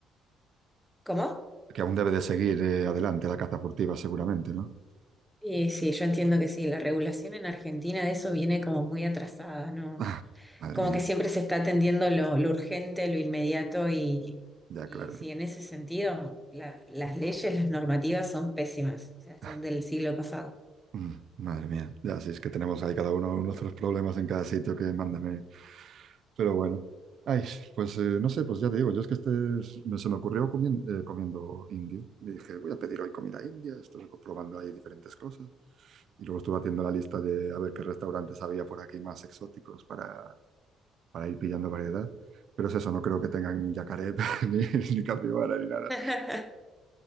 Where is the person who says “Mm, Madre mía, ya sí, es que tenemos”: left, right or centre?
Right